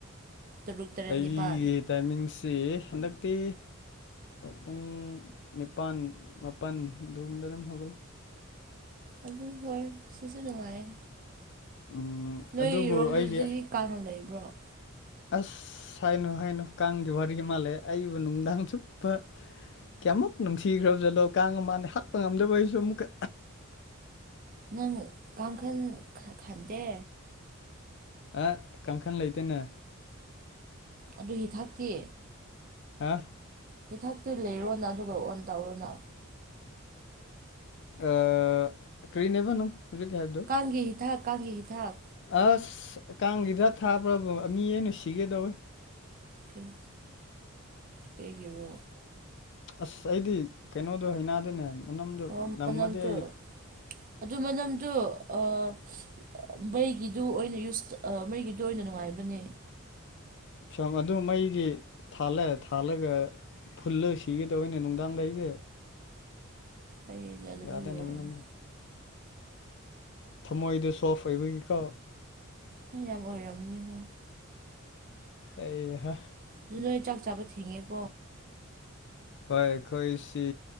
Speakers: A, on the right (about 40°); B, on the left (about 55°).
A: ꯇꯔꯨꯛ ꯇꯔꯦꯠ
B: ꯑꯩꯒꯤ
A: ꯅꯤꯄꯥꯜ
B: ꯇꯥꯏꯃꯤꯡꯁꯤ ꯍꯟꯗꯛꯇꯤ ꯄꯨꯡ ꯅꯤꯄꯥꯟ ꯃꯥꯄꯟꯗꯨꯝꯗ ꯗꯨꯝ ꯍꯧꯒꯠꯂꯤ
A: ꯑꯗꯨ ꯍꯣꯏ ꯁꯤꯖꯨ ꯅꯨꯡꯉꯥꯏꯌꯦ
B: ꯎꯝ
A: ꯅꯣꯏꯔꯣꯝꯗꯨꯗꯗꯤ
B: ꯑꯗꯨꯕꯨ ꯑꯩꯒꯤ
A: ꯀꯥꯡ ꯂꯩꯕ꯭ꯔꯣ
B: ꯑꯁ ꯍꯥꯏꯅꯨ ꯍꯥꯏꯅꯨ ꯀꯥꯡꯒꯤ ꯋꯥꯔꯤ ꯃꯥ ꯂꯩ ꯑꯩꯕꯨ ꯅꯨꯡꯗꯥꯡ ꯆꯨꯞꯄ ꯀꯌꯥꯃꯨꯛ ꯅꯨꯡꯁꯤꯈ꯭ꯔꯕ ꯖꯠꯂꯣ ꯀꯥꯡ ꯑꯃꯅꯦ ꯍꯥꯠꯄ ꯉꯝꯗꯕ ꯑꯩꯁꯨ ꯑꯃꯨꯛꯀ
A: ꯅꯪ ꯀꯥꯡꯈꯟ ꯈꯟ ꯈꯟꯇꯦ
B: ꯑ ꯀꯥꯡꯈꯟ ꯂꯩꯇꯦꯅꯦ
A: ꯑꯗꯨ ꯍꯤ ꯊꯛꯇꯤ
B: ꯍꯥ
A: ꯍꯤꯊꯛꯇ ꯂꯩꯔꯣꯅ ꯑꯗꯨꯒ ꯑꯣꯟ ꯇꯧꯔꯣꯅ
B: ꯑꯥ ꯀ꯭ꯔꯤꯅꯦꯕ ꯅꯨꯡ ꯍꯧꯖꯤꯛꯀꯤ ꯍꯥꯏꯕꯗꯣ
A: ꯀꯥꯡꯒꯤ ꯍꯤꯊꯛ ꯀꯥꯡꯒꯤ ꯍꯤꯊꯛ
B: ꯑꯁ ꯀꯥꯡꯒꯤ ꯗꯥꯛ ꯊꯥꯕ꯭ꯔꯕꯨ ꯃꯤ ꯑꯩꯅ ꯁꯤꯒꯦ ꯇꯧꯋꯦ
A: ꯑꯦ ꯀꯩꯒꯤꯕꯣ
B: ꯑꯁ ꯑꯩꯗꯤ ꯀꯩꯅꯣꯗꯣ ꯍꯩꯅꯥꯗꯅꯦ ꯃꯅꯝꯗꯣ
A: ꯑꯣ
B: ꯅꯝꯃꯗꯤ
A: ꯃꯅꯝꯗꯨ
B: ꯑꯩ
A: ꯑꯗꯨ ꯃꯅꯝꯗꯨ ꯑꯥ ꯃꯩꯒꯤꯗꯨ ꯑꯣꯏꯅ ꯌꯨꯁ ꯇꯥ ꯑꯥ ꯃꯩꯒꯤꯇꯣ ꯑꯣꯏꯅ ꯅꯨꯡꯉꯥꯏꯕꯅꯦ
B: ꯁꯝ ꯑꯗꯨꯝ ꯃꯩꯒꯤ ꯊꯥꯜꯂꯦ ꯊꯥꯜꯂꯒ ꯐꯨꯜꯂꯒ ꯁꯤꯒꯦ ꯇꯧꯋꯦꯅꯦ ꯅꯨꯡꯗꯥꯡꯗ ꯑꯩꯗꯤ
A: ꯑꯣ ꯍꯩꯅꯗꯕꯒꯤ
B: ꯌꯥꯗꯦꯅꯦ
A: ꯑꯣꯏꯔꯝꯅꯤ
B: ꯃꯅꯝꯗꯣ ꯊꯝꯃꯣꯏꯗ ꯁꯣꯐ ꯑꯣꯏꯕꯒꯤꯀꯣ
A: ꯍꯣꯏ ꯌꯥꯝ ꯑꯣꯏꯔꯝꯅꯤꯕꯣ
B: ꯑꯩ ꯍꯥ
A: ꯑꯗꯨ ꯅꯣꯏ ꯆꯥꯛ ꯆꯥꯕ ꯊꯦꯡꯉꯦꯀꯣ
B: ꯍꯣꯏ ꯑꯩꯈꯣꯏꯁꯤ